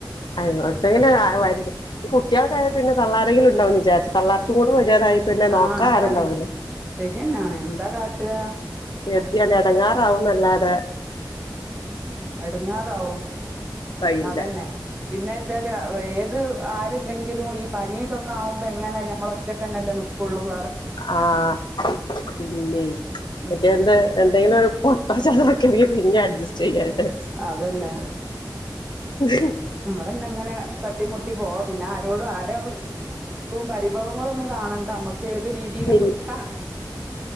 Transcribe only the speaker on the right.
ഉം
ആ അതാണ്
ശരിയെന്നാണ് എന്താ കാ ട്ട
എടുങ്ങാറാവോ
അതന്നെ പിന്നെ വെച്ചാല്ഏ ഇത് ആരംഭ പങ്കിലും ഈ പനി ഇതൊക്കെ ആവുമ്പോൾ എങ്ങനെ ഞമ്മള് ഒറ്റക്കെന്നല്ലേ, നിക്കൂളളും.
ഉം
അതന്നെ
നമ്മളന്നെങ്ങനെ തട്ടിമുട്ടി പോവാ പിന്നെ ആരോടും ആര് ഉം പരിഭ ഭവങ്ങൾ ഒന്നും. കാണണ്ട, നമ്മുക്ക് ഏത് രീതിയിലും
നിക്കാം.